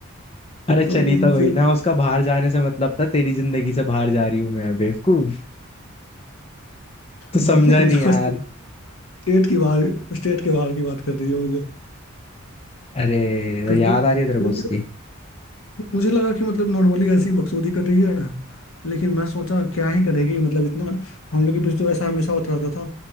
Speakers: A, on the left; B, on the left.
A: अरे चली
B: तो
A: तो गई
B: फिर
A: ना उसका बाहर जाने से मतलब था तेरी जिंदगी से बाहर जा रही हूँ मैं बेवकूफ तो समझा
B: मैं तो समझा
A: नहीं यार
B: स्टेट की बाहर स्टेट के बाहर की बात कर रही है मुझे
A: अरे
B: तो फिर
A: याद आ रही है तेरे को उसकी
B: मुझे लगा कि मतलब नॉर्मली ऐसी बकचोदी कर रही है लेकिन मैं सोचा क्या ही करेगी मतलब इतना हम लोग के बीच तो ऐसा हमेशा होता रहता था